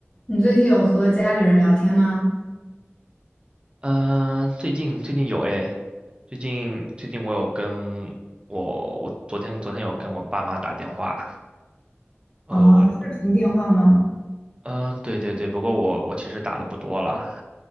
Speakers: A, on the left; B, on the right.
A: 你最近有和家里人聊天吗？
B: 嗯、最近最近有诶，最近最近我有跟我我昨天昨天有跟我爸妈打电话，呃我
A: 啊，视频电话吗？
B: 嗯、呃对对对，不过我我其实打的不多了，